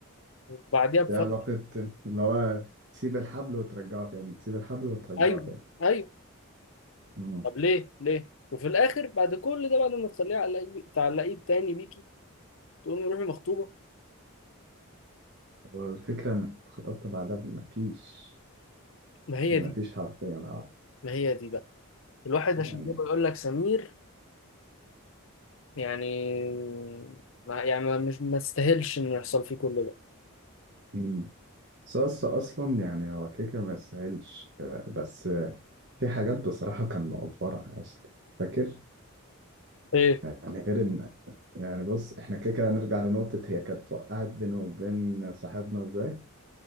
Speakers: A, on the left; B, on the right.
A: وبعديها بفتره
B: دي علاقة اللي هو تسيب الحبل وترجعه تاني تسيب الحبل وترجعه
A: ايوه
B: تاني
A: ايوه
B: مم.
A: طب ليه ليه وفي الاخر بعد كل ده بعد ما تخليه على الإيد- تعلقيه تاني بيكي تقومي روحي مخطوبه
B: والفكرة إنك اتخطبت بعدها بمفيش
A: ما هي
B: بمفيش
A: دي
B: حرفيا أعرف
A: ما هي دي بقى الواحد
B: يعني
A: عشان كده بيقول لك سمير يعني ما يعني ما- مش ما تستاهلش انه يحصل فيه كل ده
B: مم. ساس أصلا يعني هو كيكة ما يستاهلش بس في حاجات بصراحة كان مقفرها يا اسطى فاكر
A: ايه
B: يعني غير إن يعني بص إحنا كيكة نرجع لنقطة هي كانت وقعت بينه وبين صاحبنا إزاي